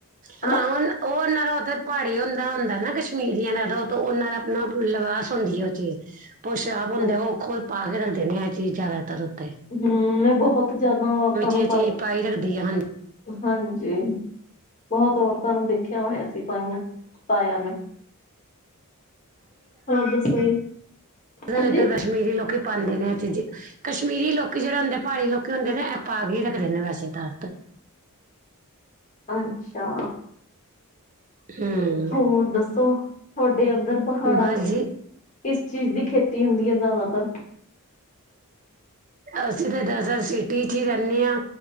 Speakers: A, on the left (about 35°); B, on the right (about 35°).
A: ਹਨਾ
B: ਹਾਂ ਵਾਲਾ, ਉਹ ਉਹਨਾਂ ਦਾ ਉੱਥੇ ਪਹਾੜੀ ਹੁੰਦਾ -ਹੁੰਦਾ ਨਾ ਕਸ਼ਮੀਰੀਆਂ ਦਾ ਤਾਂ, ਉ ਤੋਂ ਉਹਨਾਂ ਦਾ ਆਪਣਾ ਲਿਵਾਸ, ਹੁੰਦੀ ਹੈ ਉਹ ਚੀਜ਼ ਪੋਸਾਬ ਹੁੰਦੇ
A: ਹਮ
B: ਓ ਖੋਲ ਪਾ ਕੇ ਰੱਖਦੇ ਨੇ ਆ ਇਹ ਚੀਜ਼ ਜ਼ਾਦਾਤਰ ਓਥੇ।
A: ਹੂੰ ਮੈਂ ਬਹੁਤ ਜਿਆਦਾ ਔਰਤਾਂ ਨੂੰ
B: ਇਹ
A: ਪਾਇਆ।
B: ਚੀਜ਼ ਪਾਈ ਰੱਖਦੀ ਹੈ ਹਾਂਜੀ
A: ਹਾਂਜੀ, ਬਹੁਤ ਔਰਤਾਂ ਨੂੰ ਦੇਖ ਦੇਖਿਆ ਹੋਏਆ ਸੀ ਪਾਈਆਂ, ਪਾਇਆ ਮੈਂ ਹੋਰ ਦੱਸੋ ਜੀ
B: ਇਦਰ
A: ਹਾਂਜੀ
B: ਕਸ਼ਮੀਰੀ ਲੋਕੀ ਪਾਂਦੇ ਨੇ ਆ ਚੀਜ਼ੀ। ਕਸ਼ਮੀਰੀ ਲੋਕੀ ਜੇੜੇ ਹੁੰਦੇ ਪਹਾੜੀ ਲੋਕੀ ਹੁੰਦੇ ਨੇ ਐਹ ਪਾ ਕੇ ਈ ਰੱਖਦੇ ਵੈਸੇ ਤਾਂ।
A: ਅੱਛਾ।
B: ਹੂੰ
A: ਹੋਰ ਦੱਸੋ ਤੁਹਾਡੇ ਓਦਰ ਪਹਾੜਾਂ
B: ਬਸ
A: ਚ
B: ਜੀ
A: ਕਿਸ ਚੀਜ਼ ਦੀ ਖੇਤੀ ਹੁੰਦੀ ਐ ਜਾਦਾਤਰ
B: ਅਸੀ ਤਾਂ ਦਰਅਸਲ ਸਿਟੀ ਚ ਈ ਰੈਨੇ ਆਂ।